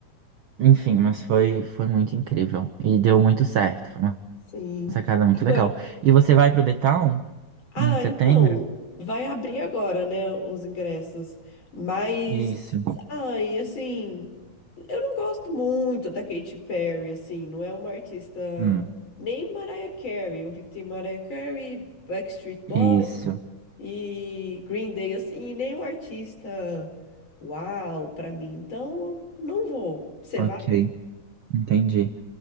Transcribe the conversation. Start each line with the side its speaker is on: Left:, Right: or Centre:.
Right: enfim, mas foi, foi muito incrível. E deu muito certo. Foi uma
Left: Sim.
Right: sacada muito
Left: Agora
Right: legal. E você vai pro The Town
Left: Ah,
Right: em setembro?
Left: então, vai abrir agora, né, os ingressos. Mas,
Right: Isso.
Left: ai, assim, eu não gosto muito da Katy Perry, assim, não é uma artista
Right: Hum,
Left: nem Mariah Carey. Eu vi que tem Mariah Carey, Backstreet Boys
Right: isso.
Left: e Green Day, assim, e nenhum artista uau pra mim. Então, eu não vou. Você
Right: Ok.
Left: vai?
Right: Entendi.